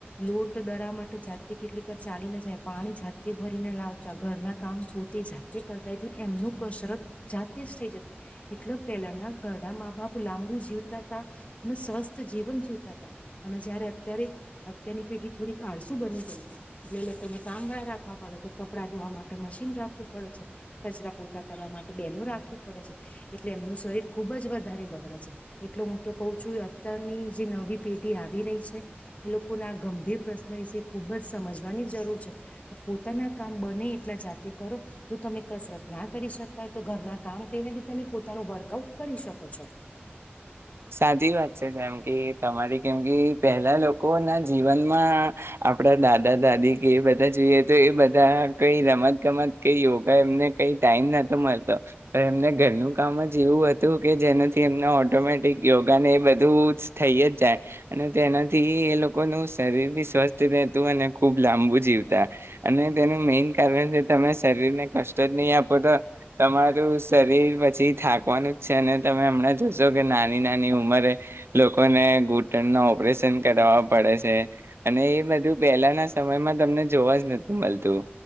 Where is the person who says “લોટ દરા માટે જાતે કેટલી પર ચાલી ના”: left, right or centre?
Left